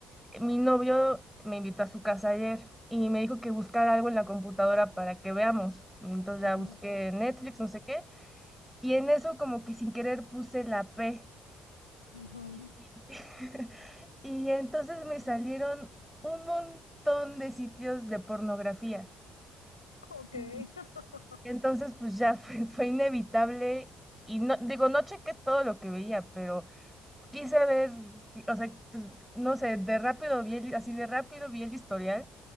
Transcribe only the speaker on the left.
Ujú,
ujú.
Ok.
<laughs>